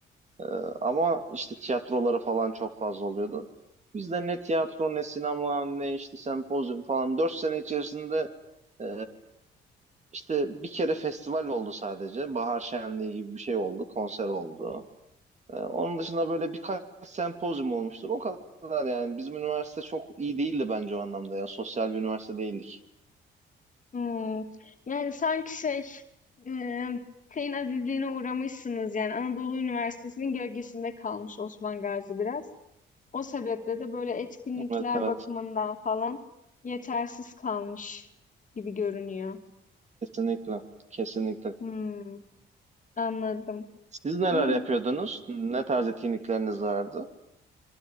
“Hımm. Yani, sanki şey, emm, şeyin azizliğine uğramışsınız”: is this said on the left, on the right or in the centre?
Left